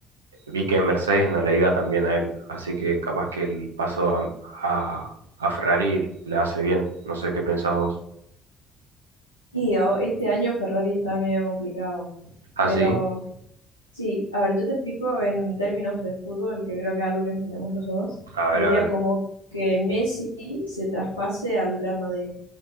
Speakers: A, on the right (about 75°); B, on the left (about 85°).
A: vi que en Mercedes no le iba tan bien a él, así que capaz que el paso a, a- a Ferrari le hace bien. No sé qué pensás vos.
B: Y oh, este año Ferrari está medio complicado,
A: Así,
B: pero Sí, a ver, yo te explico en términos de fútbol, que creo que es algo que entendemos los dos.
A: a
B: Sería
A: ver, a ver.
B: como que Messi se traspase al Real Madrid,